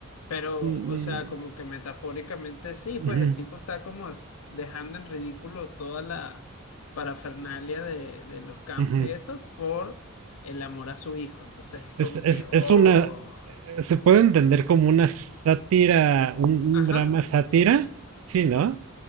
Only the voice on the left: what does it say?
Pero,
o
sea, como que metafóricamente sí,
pues el tipo está como as- dejando en ridículo toda la parafernalia de, de los campos
y esto por el amor a su hijo. Entonces es
como
que, oh.
Ajá.